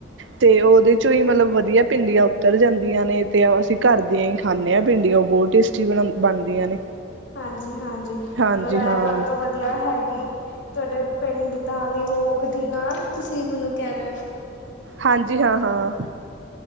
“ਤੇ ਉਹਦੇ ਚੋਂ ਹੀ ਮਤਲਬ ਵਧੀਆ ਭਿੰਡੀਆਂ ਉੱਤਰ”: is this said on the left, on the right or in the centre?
Right